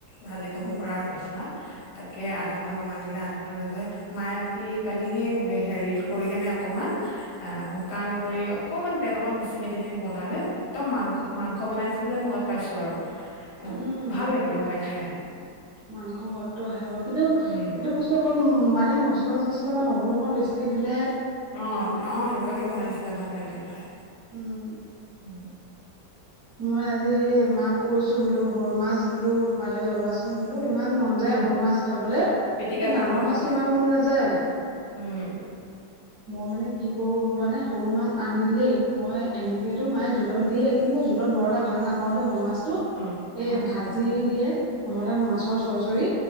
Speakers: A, on the left; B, on the right.
A: ভাজি খাব
B: উম,
A: পৰা আৰু কেঁচা ইহ্ ই তাক কে আধা ফাল আমাক দিলে আধা ফাল ললে মায়ে ৰাতি কালি সেই হেৰিত কৰি কেনে অকমান ই ই ই আহ অ শুকান গুৰি অকনমান তেল অকন বেচিকে দি কেনি বনালে। একদম মাংস মাংস বনাইছে যেন সোৱাদ পাইছো আৰু ই ই আ আ
B: উম,
A: ভাল লাগিলে মানে খাই।
B: মাংস সোৱাদটো আহিব কিন্তু
A: উম
B: এইটো বস্তু অকন উ মানে মছলা-চচলা বা নহৰু অকন বেছিকে দিলে।
A: অ অ সেনেকুৱাকে বনাইছিলে ভাল লাগিলে খাই
B: উম,
A: উ।
B: মই আজি সেই মাক কৈছো বোলো সৰু মাছ বোলো পালে লবাছো উম বোলো ইমান মন
A: উম
B: যায় সৰু মাছ খাবলে
A: পিটিকা
B: এ ডাঙৰ
A: কৰি খাবলে
B: মাছটো ইমান মন নাযায়।
A: উম উ উ।
B: মই মানে কি কৰো গম পোৱা নে সৰু মাছ আনিলেই মই এনেকেতো মায়ে জোলত দিয়ে কিন্তু মই জোলত বৰ এটা ভাল নাপাওঁ দেই সৰু মাছটো
A: অ',
B: এ
A: অ',
B: ভাজ যি দিয়ে নহ'লে মাছৰ চৰ্চৰি।